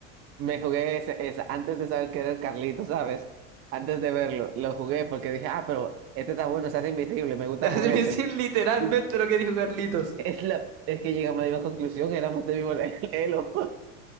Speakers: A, on the right; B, on the right.
A: Me jugué ese, esa antes de saber que era el Carlito, ¿sabes? Antes de verlo, lo jugué porque dije, ah, pero este está bueno, se hace invisible,
B: <laughs>
A: me gusta
B: Se hace
A: con
B: invisible
A: este.
B: literalmente
A: Y
B: lo que dijo Carlitos.
A: es, la, es que llegamos a la misma conclusión, éramos del mismo le- <laughs> elo,